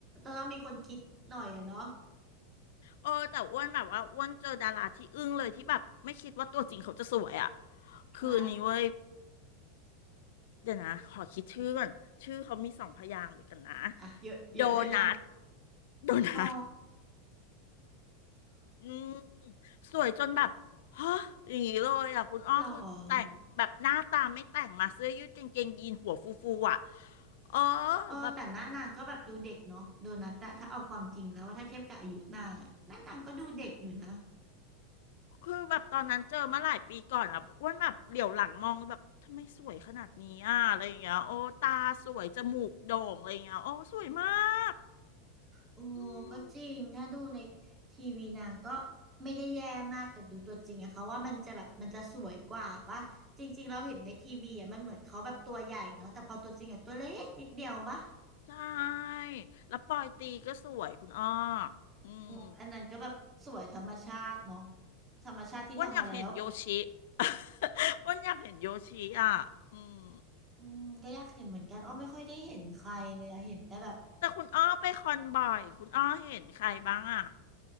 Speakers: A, on the right; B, on the left.
A: ต้องมีคนคิดหน่อยอะเนาะ
B: เออแต่อ้วนแบบว่าอ้วนเจอดาราที่อึ้งเลยที่แบบไม่คิดว่าตัวจริงเขาจะสวยอ่ะคืออันนี้เว้ย
A: ใคร
B: เดี๋ยวนะขอคิดชื่อก่อนชื่อเขามีสองพยางค์เดี๋ยวกันนะ
A: อ่ะเยอะเยอะด้วยนะ
B: โดนัท โดนัท
A: อ๋อ
B: อืม สวยจนแบบฮะอย่างนี้เลยอ่ะคุณอ้อคือแต่งแบบหน้าตาไม่แต่งมาเสื้อยืดกางเกงยีนหัวฟูๆอ่ะ
A: หรอ
B: เออ
A: เออแต่หน้านางก็แบบดูเด็กเนาะโดนัทอะถ้าเอาความจริงแล้วว่าถ้าเทียบกับอายุนางอะหน้านางก็ดูเด็กอยู่นะ
B: แบบคือแบบตอนนั้นเจอมาหลายปีก่อนอ่ะอ้วนแบบเหลียวหลังมองแบบทำไมสวยขนาดนี้อ่ะอะไรอย่างเงี้ยโอ้ตาสวยจมูกโด่งอะไรอย่างเงี้ยโอ้สวยมาก
A: โอ้
B: อืม
A: ก็จริงถ้าดูในทีวีนางก็ไม่ได้แย่มากแต่ดูตัวจริงอะเขาว่ามันจะแบบมันจะสวยกว่าปะจริงๆเราเห็นในทีวีอะมันเหมือนเขาแบบตัวใหญ่เนาะแต่พอตัวจริงอะตัวเล็กนิดเดียวปะ
B: ใช่แล้วปอยตีก็สวยคุณอ้ออืม
A: งออันนั้นก็แบบสวยธรรมชาติเนาะธรรมชาติที่ทำมาแล้ว
B: อ้วนอยากเห็นโยชิ <laughs> อ้วนอยากเห็นโยชิอ่ะอืม
A: อืมก็อยากเห็นเหมือนกันอ้อไม่ค่อยได้เห็นใครเลยอะเห็นแต่แบบ
B: แต่คุณอ้อไปคอนบ่อยคุณอ้อเห็นใครบ้างอ่ะ